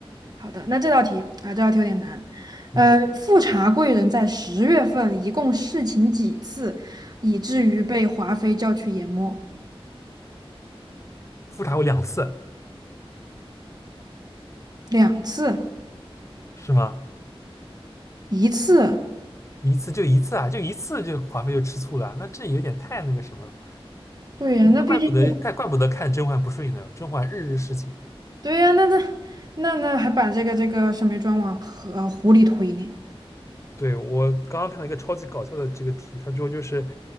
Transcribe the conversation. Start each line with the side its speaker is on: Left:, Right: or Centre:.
Right: 好的，那这道题啊，这道题有点难。
Left: 嗯，
Right: 呃，富察贵人在十月份一共侍寝几次，以至于被华妃叫去研墨？
Left: 复查过两次，
Right: 两次，
Left: 是吗？
Right: 一次。
Left: 一次就一次啊，就一次就华妃就吃醋了，那这有点太那个什么了，
Right: 对呀，那毕竟是，
Left: 那怪不得怪怪不得看甄嬛不顺眼呢，甄嬛日日侍寝。
Right: 对呀，那那那那还把这个这个沈眉庄往河呃湖里推呢？
Left: 对，我刚刚看到一个超级搞笑的这个题，他说就是，